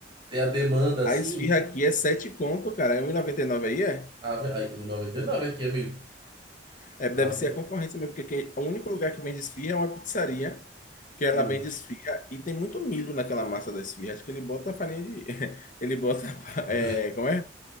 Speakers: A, on the right (about 25°); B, on the left (about 45°).
A: ter a demanda assim.
B: A esfirra aqui é 7 conto, cara. É um e noventa e nove aí, é?
A: Ave, ai, um e noventa e nove aqui, amigo.
B: É, Deve
A: Ave,
B: ser
A: mano
B: a concorrência mesmo, porque aqui, o único lugar que vende esfirra é uma pizzaria, que ela
A: hum.
B: vende esfirra e tem muito milho naquela massa da esfirra. Acho que ele bota farinha de. <laughs> Ele bota.
A: <laughs>
B: É, como é?